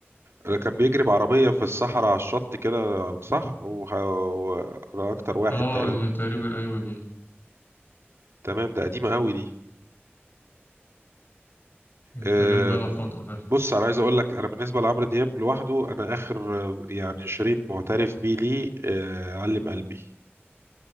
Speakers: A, on the right (about 85°); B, on the left (about 50°).
A: انا كان بيجري بعربية في الصحراء على الشط كده صح وه- وانا اكتر واحد
B: آه
A: تقريبا
B: هي تقريبا أيوة دي
A: تمام ده قديمة قوي دي
B: هي
A: آه،
B: تقريبا بقالها فترة فعلا
A: بص انا عايز اقول لك انا بالنسبة لعمرو دياب لوحده انا اخر آه، يعني شريط معترف بيه ليه آه، علم قلبي